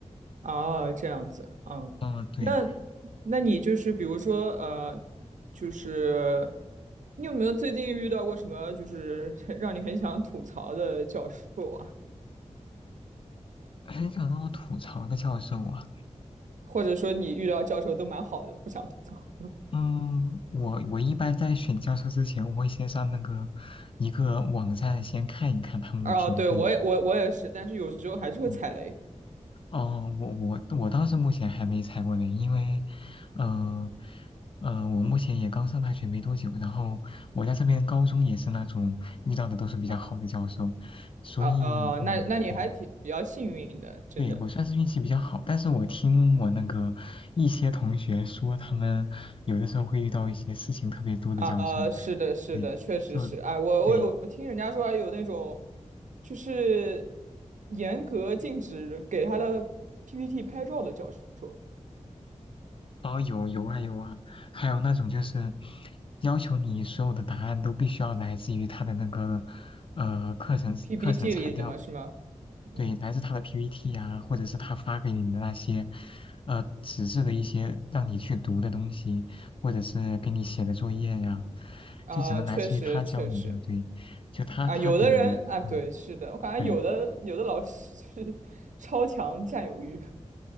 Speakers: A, on the right; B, on the left.
A: 哦，这样子。嗯，
B: 嗯，对，
A: 那那你就是比如说呃，就是你有没有最近遇到过什么就是 <laughs> 让你很想吐槽的教授啊？
B: 很想让我吐槽的教授啊。
A: 或者说你遇到教授都蛮好的，不想吐槽。
B: 嗯，我我一般在选教授之前，我会先上那个一个网站先看一看他们的评分。
A: 啊，对，我也我我也是，但是有时候还是会踩雷
B: 嗯，哦，我我我倒是目前还没裁过呢，因为，呃呃，我目前也刚上大学没多久，然后我在这边高中也是那种遇到的都是比较好的教授，
A: 啊
B: 所以嗯，
A: 啊，啊那那你还挺比较幸运的，
B: 对，
A: 真的
B: 对我算是运气比较好，但是我听我那个一些同学说，他们有的时候会遇到一些事情特别多的教授。
A: 啊，是的，是的，
B: 对，
A: 确实是，
B: 就对，
A: 哎，我我我听人家说还有那种，就是严格禁止给他的 PPT 拍照的教授
B: 哦，有有啊有啊，还有那种就是要求你所有的答案都必须要来自于他的那个呃课程课程材料，
A: ，PPT 里的嘛，是吗？嗯，
B: 对，来自他的 PPT 呀、或者是他发给你的那些呃纸质的一些让你去读的东西，或者是给你写的作业呀、
A: 啊，
B: 就只能来自于他教你的，
A: 确实确实，
B: 对，就他他给你的，
A: 啊，有的人啊，
B: 嗯，
A: 对，是的，我感觉有的有的老师
B: 对
A: <laughs> 就是超强占有欲，